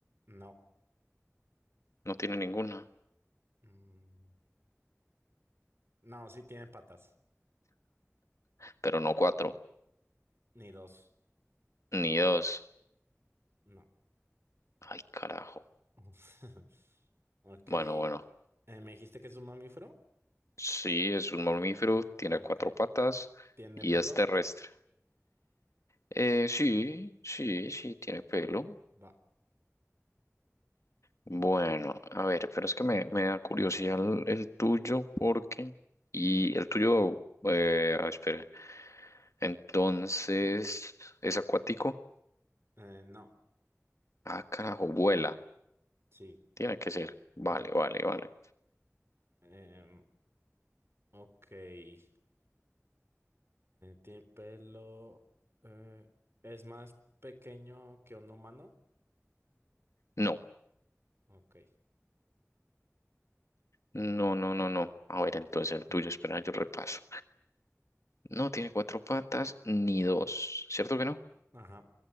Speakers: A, on the right; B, on the left.
A: No.
B: No tiene ninguna.
A: Mm, no, sí tiene patas.
B: Pero no cuatro,
A: Ni dos.
B: ni dos.
A: No.
B: Ay, carajo.
A: <laughs> Ok.
B: Bueno,
A: Eh,
B: bueno.
A: ¿me dijiste que es un mamífero?
B: Sí, es un mamífero, tiene
A: Ok.
B: cuatro patas
A: ¿Tiene
B: y
A: pelo?
B: es terrestre. Eh, sí, sí, sí, tiene pelo.
A: Va.
B: Bueno, a ver, pero es que me, me da curiosidad el, el tuyo porque... Y el tuyo, eh, ah, espera. Entonces, ¿es acuático?
A: Eh, no.
B: Ah, carajo, vuela.
A: Sí.
B: Tiene que ser. Vale,
A: Vuela.
B: vale, vale.
A: Em, ok. Eh, ¿tiene pelo? Eh, ¿es más pequeño que un humano?
B: No,
A: Ok.
B: no, no, no, no. A ver, entonces el tuyo,
A: Mm.
B: espera, yo repaso. No tiene cuatro patas ni dos. ¿Cierto que no?
A: Ajá.